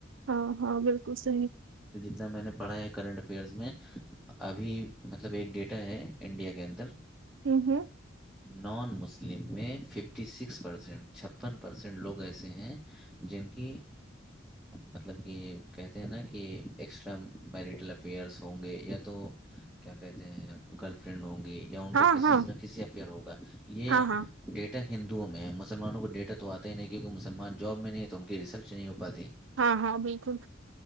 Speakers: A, on the right; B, in the centre.
A: ہاں ہاں بالکل صحی
B: ج میں نے پڑھا ہے کرنٹ افیئرس میں ابھی مطلب ایک ڈیٹا ہے انڈیا کے اندر
A: یک ہے
B: نان مسلم میں ففٹی سکس پرسینٹ چھپن پرسینٹ لوگ ایسے ہیں جن کی مطلب کہ کہتے ہیں نا کہ ایکسٹرا میرٹل افیئرس ہوں گے یا تو کیا کہتے ہیں گرل فرینڈ ہ گی یا ان
A: ہاں
B: کا کسیز
A: ہاں
B: میں کسی افیئر ہوگا یہ
A: ہاں ہاں
B: ڈیٹ ا ہندوؤں میں ہے مسلمانوں کو ڈیٹا تو آتا ہی نہیں کیونکہ مسلمان جاب میں نہیں ہے تو ان کی ریسلچ نہیں ہو پاتی
A: ہاں ہاں بالکل